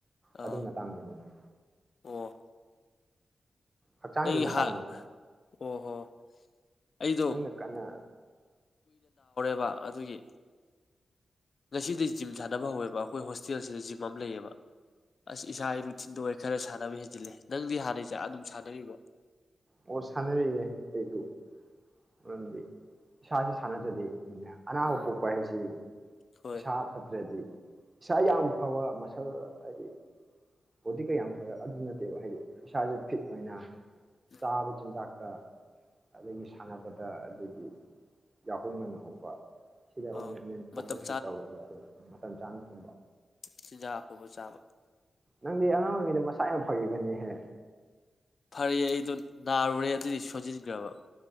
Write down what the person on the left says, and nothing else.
ꯑꯥ
ꯑꯣ
ꯅꯪꯒꯤ
ꯍꯥ ꯑꯣ ꯍꯣ ꯑꯩꯗꯣ
ꯄꯥ ꯑꯗꯨꯒꯤ ꯉꯁꯤꯗꯤ ꯖꯤꯝ ꯁꯥꯟꯅꯕ ꯍꯧꯋꯦꯕ ꯑꯩꯈꯣꯏ ꯍꯣꯁꯇꯦꯜꯁꯤꯗ ꯖꯤꯝ ꯑꯃ ꯂꯩꯌꯦꯕ ꯑꯁ ꯏꯁꯥꯒꯤ ꯔꯨꯊꯤꯟꯗ ꯑꯣꯏ ꯈꯔ ꯁꯥꯟꯅꯕ ꯍꯦꯟꯖꯤꯜꯂꯦ ꯅꯪꯗꯤ ꯍꯥꯟꯅꯩꯁꯦ ꯑꯗꯨꯝ ꯁꯥꯟꯅꯔꯤꯕ
ꯎꯝ
ꯍꯣꯏ
ꯎꯝ
ꯑꯥ
ꯃꯇꯝ
ꯆꯤꯖꯥꯛꯐꯥꯎꯕ ꯆꯥꯕ
ꯐꯔꯦ ꯑꯩꯗꯨꯣ ꯅꯥꯔꯨꯔꯦ ꯑꯗꯨꯗꯤ ꯁꯖꯤꯠꯒ꯭ꯔꯕ